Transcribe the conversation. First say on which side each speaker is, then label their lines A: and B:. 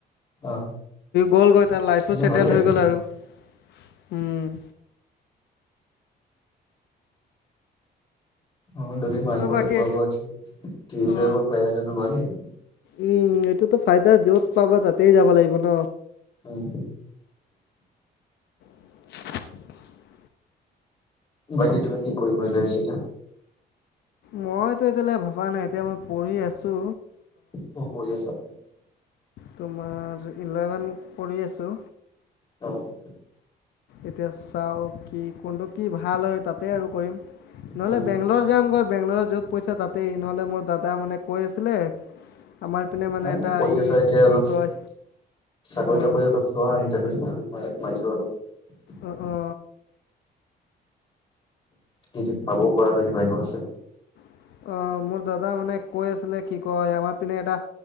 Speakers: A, on the left (about 30°); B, on the left (about 85°).
A: অ
B: গ'লগৈ, তাৰ লাইফো
A: কিন্তু
B: ছেটেল
A: ভালে আছেচোন।
B: হৈ গ'ল আৰু। উম।
A: অ, যদি মালিকৰে
B: আৰু বাকী
A: খোৱা, বোৱা ত্ৰিশ হাজাৰকৈ
B: অ
A: পাই আছেটো ভালেই।
B: উম, এইটোতো ফাইদা য'ত পাবা তাতেই যাব লাগিব ন।
A: উম,
B: <inaudible>
A: বাকী, তুমি কি কৰিম বুলি ভাবিছা এতিয়া?
B: মইতো এতিয়ালৈ ভবা নাই, এতিয়া মই পঢ়ি আছো।
A: অ, পঢ়ি আছা।
B: তোমাৰ ইলেভেন কৰি আছো।
A: অ'।
B: এতিয়া চাও কি, কোনটো কি ভাল হয় তাতে আৰু। ম, নহ'লে
A: উম,
B: বেংগলৰ যাম গৈ, বেংগল য'ত পইছা তাতেই নহলে মোৰ দাদ দা, মানে কৈ আছিলে আমাৰ পিনে মানে
A: এ,
B: এটা
A: পঢ়ি আছা
B: ই
A: এতিয়া
B: কি
A: অলপ
B: কয়
A: চাকৰি,
B: অ',
A: তাকৰি অলপ চোৱা ইটাৰভিউাৰভিউ মাৰি চোৱা অলপ।
B: অ', অ'।
A: কি ঠিক পাবও পাৰা যদি ভাগ্যত আছে।
B: অ, মোৰ দাদা মানে কৈ আছিলে কি কয় আমাৰ পিনে এটা